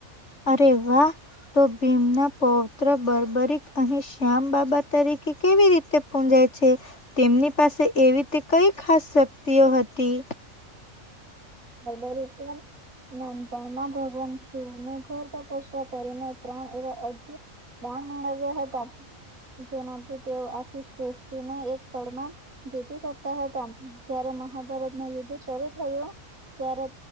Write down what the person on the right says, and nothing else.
વધલે રીતે નાનપણમા ભગવાન. ઘર તપસ્યા કરીને ત્રણ એવા અધ દાન મેળવ્યા હતા. જેનાથી તેઓ આખી સૃષ્ટિને એક પળમાં. જીતી શકતા હતા પણ જયારે મહાભારત નૉ યુદ્ધ શરૂુ થયું. ત્યારે